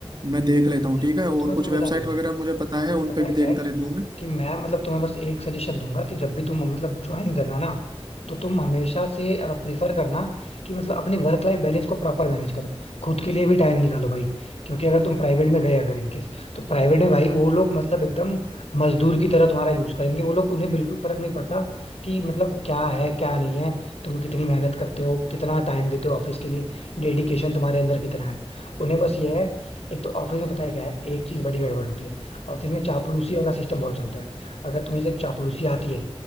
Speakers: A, on the right (about 45°); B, on the left (about 85°).
A: मैं देख लेता
B: नहीं
A: हूँ ठीक
B: नहीं
A: है
B: वो
A: और
B: तो मैं
A: कुछ
B: तुम्हें
A: वेबसाइट
B: बता दूंगा
A: वगैरह मुझे पता
B: बट
A: है उन
B: पता
A: पे
B: है
A: भी देखता
B: क्या है
A: रहता हूँ
B: कि मैं मतलब तुम्हें बस एक सजेशन दूंगा कि जब भी तुम मतलब ज्वाइन करना ना तो तुम हमेशा से प्रिफर करना कि मतलब अपनी वर्क लाइफ बैलेंस को प्रॉपर मैनेज करो खुद के लिए भी टाइम निकालो भाई क्योंकि अगर तुम प्राइवेट में गए अगर इनकेस तो प्राइवेट में भाई वो लोग मतलब एकदम मजदूर की तरह तुम्हारा यूज करेंगे वो लोग उन्हें बिल्कुल फर्क नहीं पड़ता कि मतलब क्या है क्या नहीं है तुम कितनी मेहनत करते हो कितना टाइम देते हो ऑफिस के लिए डेडिकेशन तुम्हारे अंदर कितना है उन्हें बस ये है एक तो ऑफिस में पता है क्या है एक चीज बड़ी गड़बड़ होती है ऑफिस में चापलूसी वाला सिस्टम बहुत चलता है अगर तुम्हें से चापलूसी आती है